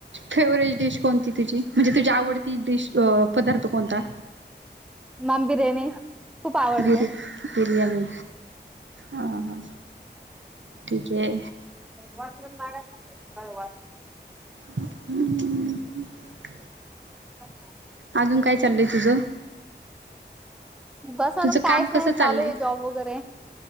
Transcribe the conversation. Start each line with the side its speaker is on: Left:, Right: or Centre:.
Right: फेवरेट डिश कोणती तुझी? म्हणजे तुझी आवडती डिश अ पदार्थ कोणता?
Centre: मॅम, बिर्याणी! खूप आवडते
Right: बि, बिरयाणी अ ह ठीकय.
Centre: वॉशरूम माग असत्यात, वॉशरूम.
Right: हमम <inaudible>
Centre: अ <unintelligible>
Right: अजून काय चालय तुझं?
Centre: बस
Right: तुझं
Centre: अजून कायच
Right: काम कसं
Centre: नाही,
Right: चाललंय
Centre: चालूय आहे जॉब वगैरे.